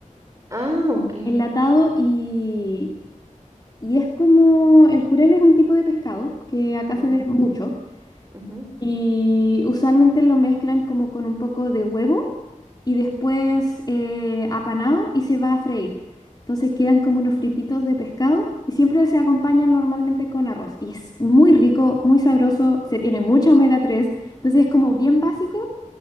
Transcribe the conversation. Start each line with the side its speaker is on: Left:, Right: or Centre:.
Right: Ah, ok.
Left: enlatado y, y es como el jurel es un tipo de pescado que acá
Right: Ujú,
Left: se ve mucho.
Right: ujú.
Left: Y usualmente lo mezclan como con un poco de huevo y después eh, apanado y se va a freír. Entonces quedan como unos frititos de pescado y siempre se acompañan normalmente con arroz. Y es muy rico, muy sabroso, se tiene mucha omega tres Entonces es como bien básico